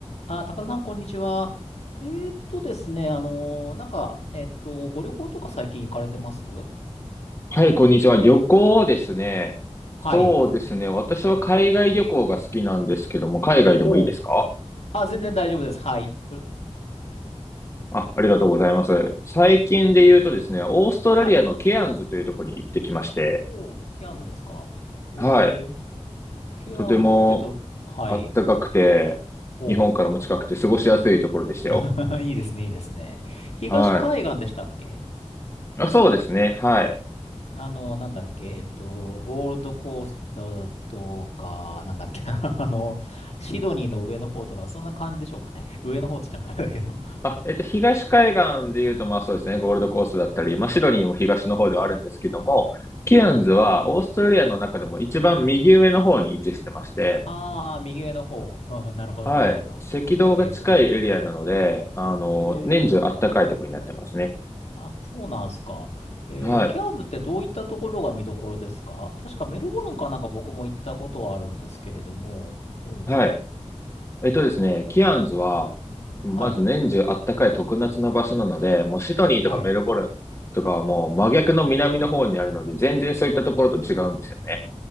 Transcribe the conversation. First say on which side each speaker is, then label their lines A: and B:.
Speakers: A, on the left (about 65°); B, on the left (about 25°).
A: あ、高田さん、こんにちは。えーっとですね、あのーなんか、えっと、ご旅行とか最近行かれてます
B: はい、こんにちは。旅行ですね。
A: はい。
B: そうですね。私は海外旅行が好きなんですけども、海外でもいいですか
A: おう。あ、全然大丈夫です。はい。よ
B: あ、ありがとうございます。最近で言うとですね、オーストラリアのケアンズというところに行ってきまして、
A: はい。おう、ケアンズですか。えー、
B: はい。
A: ケアンズっていうと、
B: とても
A: はい。
B: 暖かくて、
A: おう。
B: 日本からも近くて過ごしやすいところでしたよ。
A: <laughs> いいですね、いいですね。東海岸でしたっけ
B: はい。あ、そうですね。はい。
A: あの、なんだっけ、えっと、ゴールドコーストとか、なんだっけ、<laughs> あの、シドニーの上の方とか、そんな感じでしょうかね。上の方って言っちゃうとあれだけど。
B: あ、えっと、東海岸で言うと、まあそうですね、ゴールドコーストだったり、まあシドニーも東の方ではあるんですけども、
A: うん。
B: ケアンズはオーストラリアの中でも一番右上の方に位置してまして、
A: はい。ああ、右上の方。<laughs> うん、なるほど、
B: はい、
A: なるほど。
B: 赤道が近いエリアなので、
A: うん地図で言うと右上ですね。
B: あの、
A: ええ
B: 年中あったかいところになってますね。
A: あ、そうなんすか。えー、
B: はい、
A: ケアンズってどういったところが見どころですか確かメルボルンかなんか僕も行ったことはあるんですけれども。うん。
B: はい。えっとですね、キアンズは、まず年中あったかい特夏の場所なので、
A: はい。
B: もうシドニーとかメルボルンとかはもう真逆の南の方にあるので、
A: はい。
B: 全然そういったところと違うんですよね。